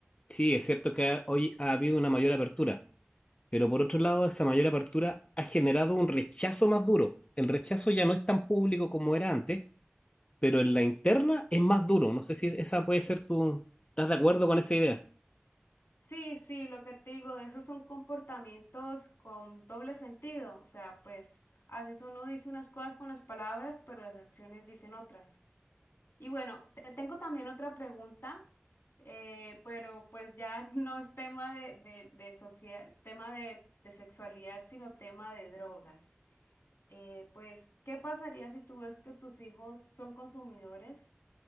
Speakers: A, on the left; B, on the left.
A: sí, es cierto que ha- hoy ha habido una mayor apertura, pero por otro lado, esa mayor apertura ha generado un rechazo más duro. El rechazo ya no es tan público como era antes pero en la interna es más duro. No sé si esa puede ser tu... ¿Estás de acuerdo con esa idea?
B: Sí, sí, lo que te digo, esos son comportamientos con doble sentido. O sea, pues a veces uno dice unas cosas con las palabras, pero las acciones dicen otras. Y bueno, te tengo también otra pregunta, eh, pero pues ya <laughs> no es tema de, de, de social, tema de, de sexualidad, sino tema de drogas. Eh, pues, ¿qué pasaría si tú ves que tus hijos son consumidores?